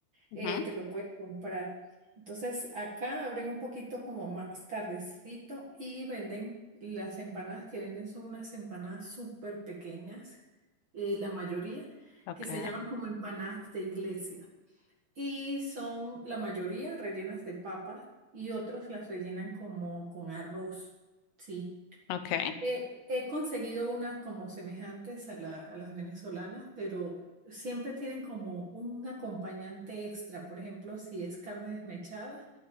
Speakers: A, on the left; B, on the right.
A: Ujú.
B: eh, te lo puedes comprar. Entonces, acá abren un poquito como más tardecito y venden las empanadas que venden son unas empanadas súper pequeñas, eh, la mayoría,
A: Ok,
B: que se llaman como empanadas de iglesia y son la mayoría rellenas de papa y otros las rellenan como con arroz. Sí,
A: ok,
B: he, he conseguido unas como semejantes a, la- a las venezolanas, pero siempre tienen como un acompañante extra. Por ejemplo, si es carne desmechada,